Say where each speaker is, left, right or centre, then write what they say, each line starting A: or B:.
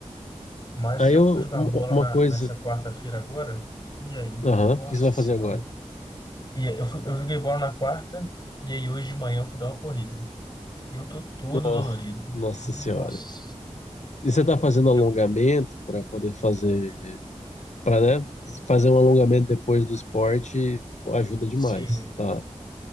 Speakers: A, on the left; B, on the left.
A: Mas
B: Aí
A: eu
B: eu,
A: fui jogar
B: um-
A: bola
B: uma
A: na-
B: coisa.
A: nessa quarta-feira agora, e aí,
B: Aham,
A: nossa
B: o que você vai
A: senhora.
B: fazer agora?
A: E eu, fui- eu joguei bola na quarta, e aí hoje de manhã eu fui dar uma corrida. E eu tô todo
B: Oh,
A: dolorido.
B: nossa
A: Nossa.
B: senhora. E você tá fazendo
A: Eu,
B: alongamento para poder fazer. Para, né? Fazer um alongamento depois do esporte ajuda demais,
A: sim.
B: tá?